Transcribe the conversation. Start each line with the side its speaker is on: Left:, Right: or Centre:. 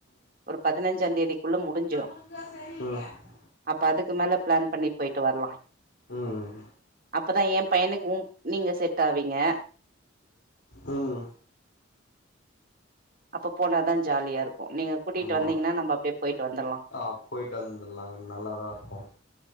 Right: ஒரு பதினஞ்சா தேதிக்குள்ள முடிஞ்சிரு
Left: ம்
Right: அப்ப அதுக்கு மேல ப்ளான் பண்ணி போய்ட்டு வர்லா
Left: ம் ம்
Right: அப்பதா எ பையனுக்கு உ நீங்க செட் ஆவீங்க
Left: ம்
Right: அப்ப போனாதா ஜாலியாருக்கு நீங்க கூட்டிட்டு
Left: ஆமா ஆமா
Right: வந்தீங்கன்னா நம்ப அப்டே போய்ட்டு வந்தர்லா
Left: ஆ போயிட்டு வந்துர்லாங்க நல்லாதா இருக்கு